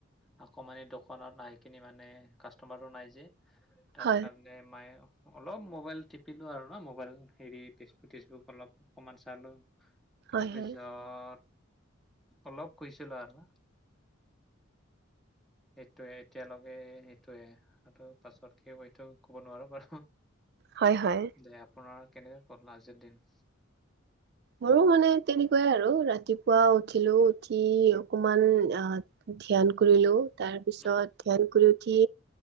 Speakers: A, in the centre; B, on the right (about 50°).
A: আকৌ মানে দোকানত আহি কিনি মানে কাষ্টমাৰো নাই যে তাৰ
B: হয়
A: কান- মাই অলপ মোবাইল টিপিলো আৰু ন মোবাইল হেৰি ফেচবুক চেচবুক অলপ অকমান চালো
B: হয়
A: তাৰপিছত
B: হয়
A: অলপ শুইছিলোঁ আৰৱা। সেইটোয়ে এতিয়ালৈকে সেইটোয়ে আৰু পাছত কি এইটো কব নোৱাৰো বাৰু।
B: হয় হয়।
A: দে আপোনাৰ কেনেকে গ'ল আজিৰ দিন?
B: মোৰো মানে তেনেকুৱাই আৰু ৰাতিপুৱা উঠিলোঁ উঠি অকমান আহ ধ্যান কৰিলোঁ, তাৰ পিছত
A: উম,
B: ধ্যান কৰি উঠি